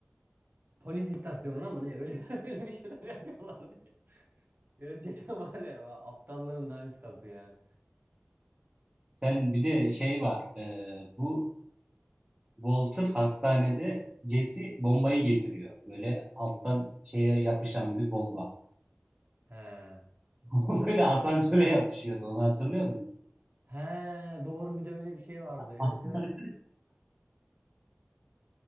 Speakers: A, on the right; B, on the right.
A: Polis istasyonuna mı ne öyle <laughs> öyle bir şeyler yapıyorlardı. Ya cidden var ya va- aptallığın daniskası yani.
B: sen bir de şey var. Ee, bu Walter hastanede Jesse bombayı getiriyor. Böyle alttan şeye yapışan bir bomba.
A: He.
B: <laughs> Böyle asansöre yapışıyordu. Onu hatırlıyor musun?
A: He doğru bir de öyle bir şey vardı.
B: <laughs>
A: Evet
B: Hastane.
A: evet.